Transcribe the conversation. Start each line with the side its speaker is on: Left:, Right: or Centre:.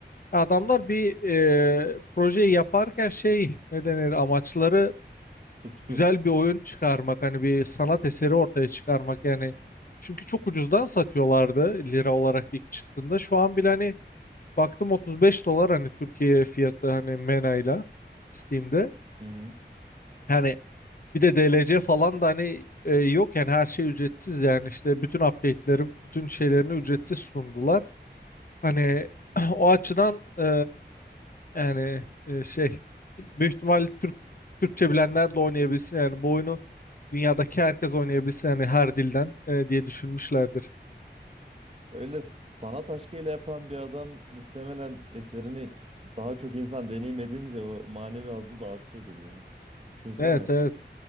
Left: adamlar bir e, projeyi yaparken şey ne denir amaçları
Right: Tutku.
Left: güzel bir oyun çıkarmak hani bir sanat eseri ortaya çıkarmak yani çünkü çok ucuzdan satıyorlardı lira olarak ilk çıktığında şu an bile hani baktım 35 dolar hani Türkiye fiyatı hani MENA'yla Steam'de.
Right: Hı hı.
Left: Hani Bir de DLC falan da hani e, yok yani her şey ücretsiz yani işte bütün update'leri, bütün şeylerini ücretsiz sundular. Hani <clears throat> o açıdan e, yani e, şey büyük ihtimal Türk Türkçe bilenler de oynayabilsin yani bu oyunu dünyadaki herkes oynayabilsin yani her dilden e, diye düşünmüşlerdir.
Right: Öyle sanat aşkıyla yapan bir adam muhtemelen eserini daha çok insan deneyim edince o manevi hazzı da artıyordur ya. Düşünsene
Left: Evet evet